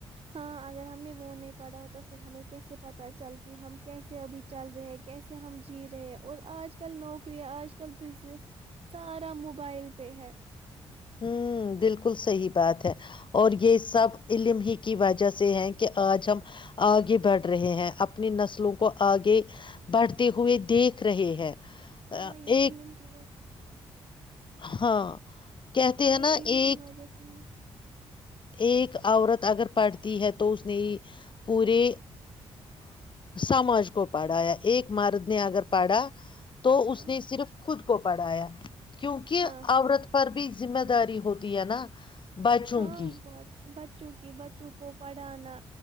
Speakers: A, on the right; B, on the left.
A: ہاں اگر ہم نے وہ نہیں پڑھا ہوتا پھر ہمیں کیسے پتا چلتی ہم کیسے ابھی چل رہے ہیں کیسے ہم جی رہے ہیں اور آج کل نوکریا آج کل بزنس سارا موبائل پہ ہے
B: ہوں بالکل صحی بات ہے اور یہ سب علم ہی کی وجہ سے ہے کہ آج ہم آگے بڑھ رہے ہیں اپنی نسلوں کو آگے بڑھتے ہوئے دیکھ رہے ہیں
A: ہاں
B: آ،
A: یہ
B: ایک
A: علم کی
B: ہاں کہتے
A: ہاں
B: ہیں
A: یہ
B: نا
A: علم
B: ایک
A: کی وجہ سے ہی ہے
B: ایک عورت اگر پڑھتی ہے تو اس نے پورے سماج کو پڑھایا ایک مرد نے اگر پڑھا تو
A: ہاں
B: اس نے صرف خود کو پڑھایا کیونکہ
A: ہاں
B: عورت
A: ہاں
B: پر بھی ذمہ داری ہوتی ہے نا بچوں
A: ہاں
B: کی
A: بہت بچوں کی بچوں کو پڑھانا